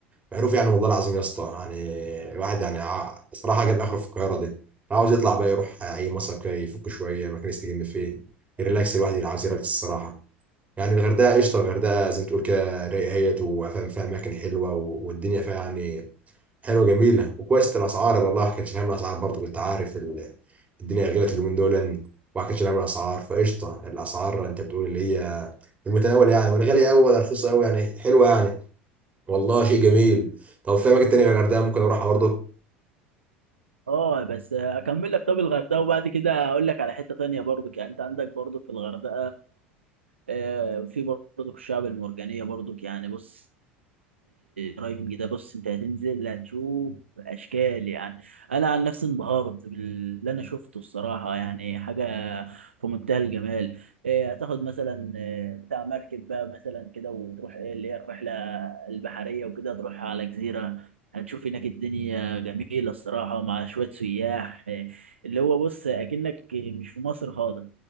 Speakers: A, on the right; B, on the right.
A: معروف يعني والله العظيم يا اسطى يعني الواحد يعني ع- صراحة جاب آخره في القاهرة دي عاوز يطلع بقى يروح أي مصيف كده يفك شوية مكان يستجم فيه يريلاكس الواحد اللي عاوز يريلاكس الصراحة يعني الغردقة قشطة الغردقة زي ما تقول كده رايقة هي وفاهم فيها أماكن حلوة و- والدنيا فيها يعني حلوة جميلة وكويس الأسعار والله ما كانش هم الأسعار برضه كنت عارف ال- الدنيا غلت اليومين دول وما كانش هم الأسعار فقشطة الأسعار أنت بتقول اللي هي في المتناول يعني ولا غالية أوي ولا رخيصة أوي يعني حلوة يعني والله شيء جميل طب في أماكن تانية غير الغردقة ممكن أروحها برضه
B: اه بس آه، أكمل لك طب الغردقة وبعد كده أقول لك على حتة تانية برضك يعني أنت عندك برضك في الغردقة آه، في برضك الشعب المرجانية برضك يعني بص درايفنج ده بص انت هتنزل هتشوف اشكال يعني انا عن نفسي انبهرت باللي انا شفته الصراحه يعني حاجه في منتهى الجمال إيه هتاخد مثلا إيه، بتاع مركب بقى مثلا كده وتروح ايه اللي هي الرحله البحريه وكده تروح على جزيره هتشوف هناك الدنيا جميله الصراحه مع شويه سياح إيه، اللي هو بص اكنك مش في مصر خالص